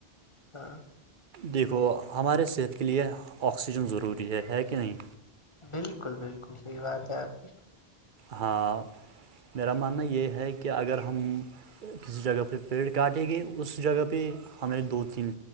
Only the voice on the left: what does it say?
ہاں
بالکل بالکل صحیح بات ہے آپ کی